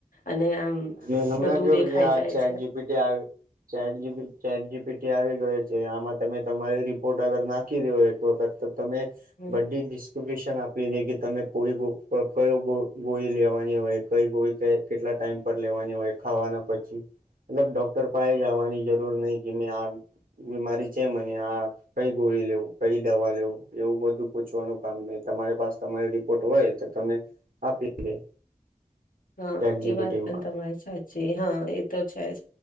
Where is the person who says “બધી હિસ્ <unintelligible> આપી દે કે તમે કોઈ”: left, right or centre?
Right